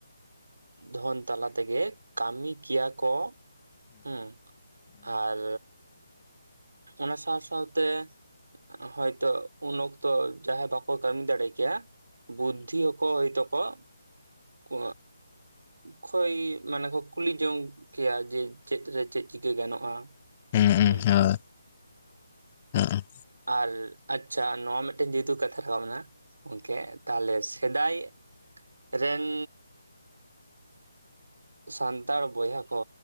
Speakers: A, on the right; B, on the left.
A: ᱫᱷᱚᱱ ᱛᱟᱞᱟ ᱛᱮᱜᱮ ᱠᱟᱹᱢᱤ ᱠᱮᱭᱟ ᱠᱚ ᱦᱩᱸ ᱟᱨ ᱚᱱᱟ ᱥᱟᱶ ᱥᱟᱶᱛᱮ ᱦᱚᱭᱛᱚ ᱩᱱ ᱚᱠᱛᱚ ᱡᱟᱦᱟᱸᱭ ᱵᱟᱠᱚ ᱠᱟᱹᱢᱤ ᱫᱟᱲᱮ ᱠᱮᱭᱟ ᱵᱩᱫᱽᱫᱷᱤ ᱠᱚ ᱦᱚᱭ ᱛᱚᱠᱚ ᱠᱚ ᱠᱷᱚᱭ ᱢᱟᱱᱮ ᱠᱚ ᱠᱩᱞᱤ ᱡᱚᱝ ᱠᱮᱭᱟ ᱡᱮ ᱪᱮᱫ ᱨᱮ ᱪᱮᱫ ᱪᱤᱠᱟᱹ ᱜᱟᱱᱚᱜᱼᱟ
B: ᱦᱩᱸ ᱦᱳᱭ
A: ᱦᱮᱸ
B: ᱦᱩᱸ
A: ᱟᱨ ᱟᱪᱪᱷᱟ ᱱᱚᱣᱟ ᱢᱤᱫᱴᱟᱹᱝ ᱡᱮᱦᱮᱛᱩ ᱠᱟᱛᱷᱟ ᱨᱟᱠᱟᱵ ᱮᱱᱟ ᱜᱚᱝᱠᱮ ᱛᱟᱦᱞᱮ ᱥᱮᱫᱟᱭ ᱨᱮᱱ ᱥᱟᱱᱛᱟᱲ ᱵᱚᱭᱦᱟ ᱠᱚ